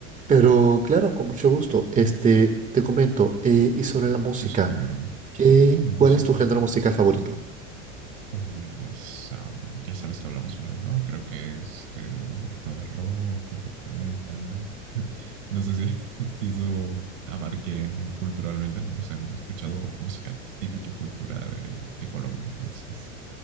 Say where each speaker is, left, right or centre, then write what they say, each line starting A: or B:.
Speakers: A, on the right; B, on the right.
A: pero claro, con mucho gusto. Este,
B: Y
A: te comento, eh, y sobre
B: mm,
A: la música,
B: sí, sí, debe, debe.
A: ¿qué,
B: Uh, música.
A: cuál es tu género musical favorito?
B: Uy, pues ah, ya sabes que hablamos una vez, ¿no? Creo que este, un poquito de rock, un poquito de metal. <laughs> No sé si, <laughs> si eso abarque culturalmente, no, no sé, no he escuchado música típica cultura de, de Colombia, entonces